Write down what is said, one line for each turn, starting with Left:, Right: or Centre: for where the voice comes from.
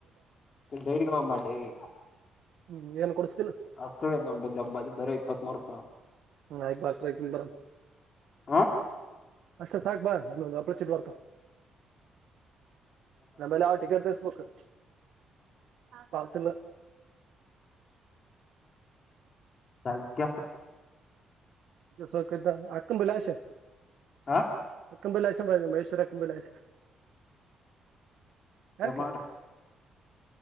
Left: ಡೈರಿಮ್ಮ ಡೈರಿ
Right: ಹ್ಮ್ ಏನ್ ಕೊಡ್
Left: ಅಷ್ಟ ನಂಬ ಎಂಬ ಬರ ಇಪ್ಪತ್ತು ಬರ್ಪಾ
Right: ಹ ಹ ಪಾಸ್ಟರ್ಕ ಬರ
Left: ಹ
Right: ಅಷ್ಟ ಸಾಕ್ ಬಾ ಇೊ ಅಪ್ರ ಚಿಟ್ ಬರ್ತ ನ ಭಲೆ ಅವ ಿಕೆಟ್ ದಸಬೇಕುಕ ಪಾಸ್ ಇಲ್ಲ
Left: ಸಕ
Right: ಸೊಕದ ಆಕಮ ಬಲಾವಸ
Left: ಹಾ
Right: ಕಂಂಬಲಾಷ ಬ ಮಹೇಶ್ವರ ಅಂಂಬಲಾ್ ಯಾಕೆ
Left: ಮಾಡ್ರಿ